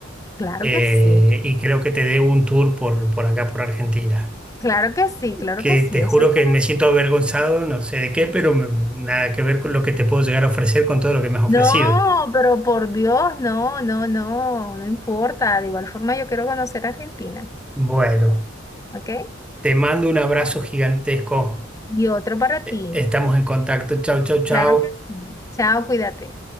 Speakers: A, on the left; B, in the centre.
A: Claro
B: eh,
A: que sí,
B: y creo que te debo un tour por, por acá, por Argentina.
A: claro que sí, claro
B: que
A: que sí,
B: te
A: eso
B: juro
A: está.
B: que
A: ahí.
B: me siento avergonzado, no sé de qué, pero me- nada que ver con lo que te puedo llegar a ofrecer con todo lo que me has
A: No,
B: ofrecido.
A: pero por Dios, no, no, no, no importa. De igual forma, yo quiero conocer Argentina,
B: Bueno,
A: ¿ok?
B: te mando un abrazo gigantesco.
A: Y otro para
B: E-
A: ti,
B: Estamos en contacto. Chau, chau, chau.
A: claro que sí. Chao, cuídate.